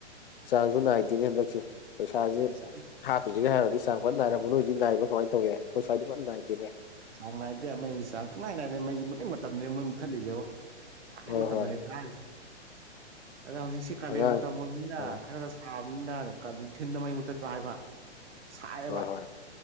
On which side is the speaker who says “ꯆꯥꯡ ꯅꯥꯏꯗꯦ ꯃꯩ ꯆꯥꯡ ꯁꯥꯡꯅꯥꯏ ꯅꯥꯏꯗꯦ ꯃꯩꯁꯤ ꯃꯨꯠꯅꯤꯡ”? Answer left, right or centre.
Right